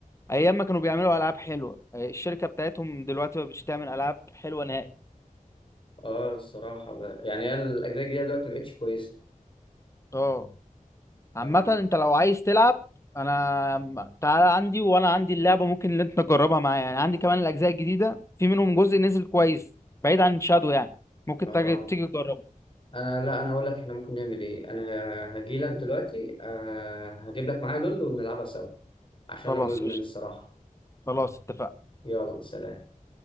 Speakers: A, on the left (about 20°); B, on the left (about 35°).
A: ايام ما كانوا بيعملوا العاب حلوه الشركه بتاعتهم دلوقتي ما بتش تعمل العاب حلوه نهائي
B: اه الصراحه بقى. يعني هي الاجزاء الجديده دلوقتي مبقتش كويسه
A: اه عامة
B: اه
A: انت لو عايز تلعب انا م- تعالى عندي وانا عندي اللعبة ممكن اللي انت تجربها معايا يعني عندي كمان الاجزاء الجديدة في منهم جزء نزل كويس بعيد عن شادو يعني ممكن
B: اه
A: تجي تيجي تجربه
B: انا لا انا اقول لك احنا ممكن نعمل ايه انا هجي لك دلوقتي آه هجيب لك معايا دول ونلعبها سوا عشان
A: خلاص
B: انا مدمن
A: قشطة
B: الصراحه
A: خلاص اتفقنا
B: يلا سلام